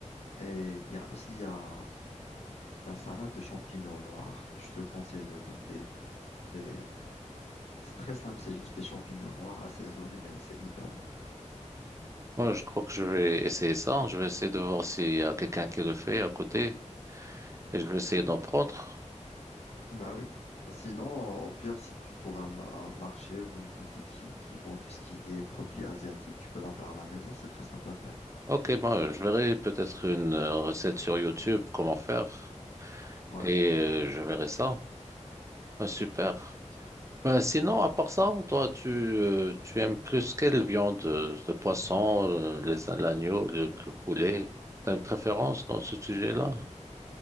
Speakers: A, on the left; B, on the right.
A: Et il y a aussi il y a la salade de champignons noirs que je te conseille de goûter. C'est c'est très simple, c'est juste des champignons noirs assaisonnés, mais c'est hyper bon.
B: Moi, je crois que je vais essayer ça. Je vais essayer de voir s'il y a quelqu'un qui le fait à côté et je vais essayer d'en prendre.
A: Bah oui. Bah, Sinon, au pire, si tu trouves un, ma- un marché ou une boutique qui, qui vend tout ce qui est produit asiatique, tu peux la faire à la maison, c'est très simple à faire.
B: Ok, bon, je verrai peut-être une euh, recette sur YouTube, comment faire,
A: Ouais.
B: et euh, je verrai ça. Ah, super. Euh, sinon, à part ça, toi, tu, euh, tu aimes plus quelle viande? euh, Le poisson, euh, les, l'agneau, le, le poulet? T'as une préférence dans ce sujet-là?